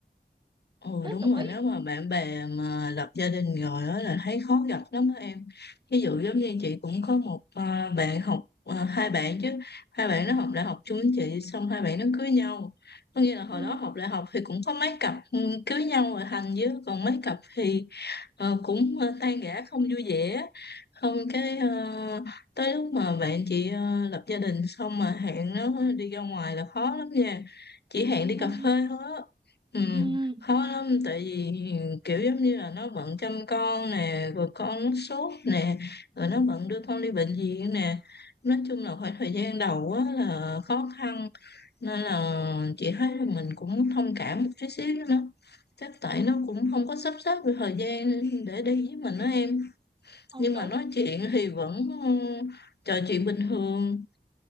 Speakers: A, on the left; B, on the right.
A: Ừ
B: tới
A: đúng
B: tuổi
A: rồi nếu mà bạn bè mà lập gia đình rồi đó là thấy khó gặp lắm á em ví dụ giống như chị cũng có một à, bạn học à, hai bạn chứ hai bạn nó học đại học chung với chị xong hai bạn nó cưới nhau có nghĩa là hồi
B: ừ,
A: đó học đại học thì cũng có mấy cặp ừ, cưới nhau rồi thành chứ còn mấy cặp thì ờ, cũng ờ, tan rã không vui vẻ không cái ờ, tới lúc mà bạn chị ờ, lập gia đình xong mà hẹn nó đi ra ngoài là khó lắm nha chỉ hẹn đi
B: ừ,
A: cà phê thôi á ừ
B: ừ.
A: khó lắm tại vì kiểu giống như là nó bận chăm con nè rồi con sốt nè rồi nó bận đưa con đi bệnh viện nè nói chung là khoảng thời gian đầu á là khó khăn nên là chị thấy là mình cũng thông cảm một chút xíu nữa chắc tại nó cũng không có sắp xếp được thời gian để đi với mình đó em
B: Ờ,
A: nhưng mà
B: đúng
A: nói chuyện thì vẫn ừ, trò chuyện bình thường